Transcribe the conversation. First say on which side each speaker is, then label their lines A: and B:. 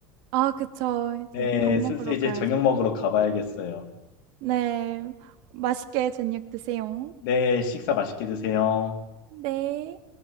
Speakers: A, on the right (about 60°); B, on the left (about 75°).
A: 아, 그쵸. 이제
B: 네,
A: 밥 먹으러
B: 슬슬 이제
A: 가야
B: 저녁
A: 될까.
B: 먹으러 가봐야겠어요.
A: 네. 맛있게 저녁 드세요.
B: 네, 식사 맛있게 드세요.
A: 네.